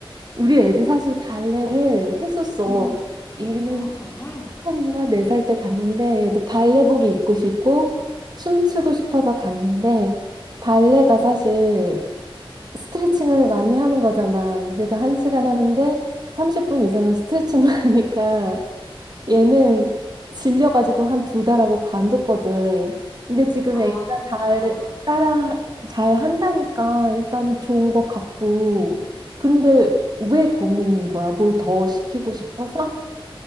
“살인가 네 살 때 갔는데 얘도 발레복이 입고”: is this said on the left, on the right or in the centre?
Right